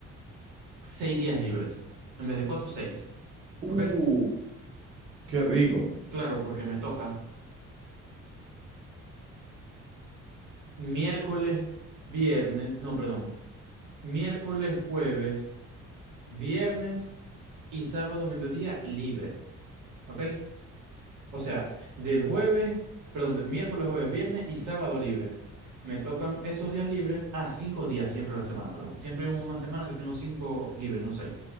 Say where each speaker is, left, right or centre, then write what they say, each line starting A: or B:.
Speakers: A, on the right; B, on the right.
A: seis días libres, en vez de cuatro seis
B: Uh,
A: ¿Ok?
B: qué rico.
A: Claro, porque me toca miércoles, viernes, no, perdón, miércoles, jueves, viernes y sábado, mediodía libre. ¿Ok? O sea, del jueves, perdón, de miércoles, jueves, viernes y sábado libre. Me tocan esos días libres. Ah, cinco días siempre a la semana, perdón. Siempre hay una semana que tengo cinco libres, no seis.